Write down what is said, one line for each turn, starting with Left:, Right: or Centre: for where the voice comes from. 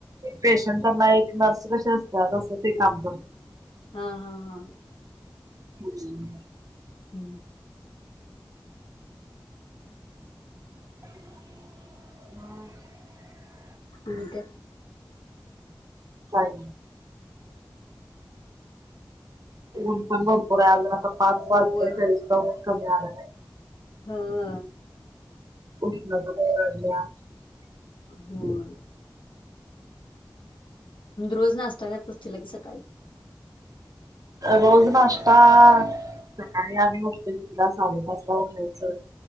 Right: पेशंट त्यांना एक नर्स ते असतात असं ते काम
Left: हा- हा - हा
Right: <inaudible>
Left: हम्म
Right: <inaudible>
Left: आणि काय?
Right: <unintelligible> उन पण भरपुर <inaudible>
Left: होय
Right: <unintelligible> ते आलं नाही.
Left: हं
Right: <inaudible>
Left: होय. रोज नास्ता करतोस तीला की सकाळी
Right: रोज नाश्ता सकाळी आम्ही उठतो तुला साडेपाच ला उठायचं.